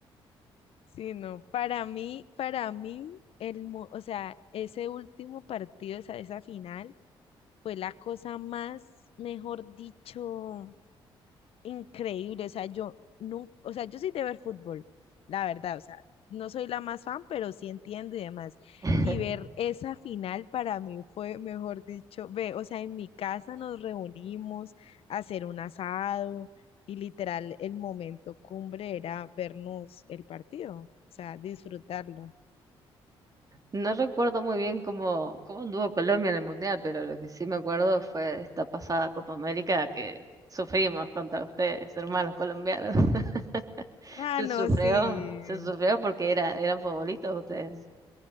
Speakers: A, on the left (about 70°); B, on the right (about 35°).
A: Sí, no, para mí, para mí, el, mo- o sea, ese último partido, esa, esa final, fue la cosa más, mejor dicho. increíble. O sea, yo nunca, o sea, yo soy de ver fútbol, la verdad. O sea, no soy la más fan, pero sí entiendo y demás.
B: <laughs>
A: Y ver esa final para mí fue, mejor dicho, ve, o sea, en mi casa nos reunimos a hacer un asado y literal el momento cumbre era vernos el partido, o sea, disfrutarlo.
B: No recuerdo muy bien cómo, cómo anduvo Colombia en el Mundial, pero lo que sí me acuerdo fue esta pasada Copa América que sufrimos contra ustedes, hermanos colombianos. <laughs>
A: Ah,
B: Se
A: no,
B: sufrió,
A: sí,
B: se sufrió porque era, eran favoritos ustedes,